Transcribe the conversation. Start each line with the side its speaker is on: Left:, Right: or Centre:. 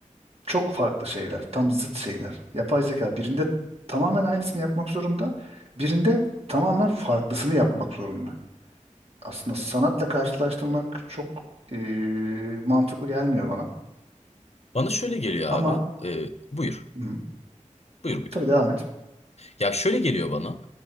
Right: çok farklı şeyler, tam zıt şeyler. Yapay zeka birinde tamamen aynısını yapmak zorunda, birinde tamamen farklısını yapmak zorunda. Aslında sanatla karşılaştırmak çok e, mantıklı gelmiyor bana.
Left: Bana şöyle geliyor
Right: Ama
Left: abi. Ee, buyur.
Right: hı,
Left: Buyur buyur.
Right: tabii devam et.
Left: Ya şöyle geliyor bana.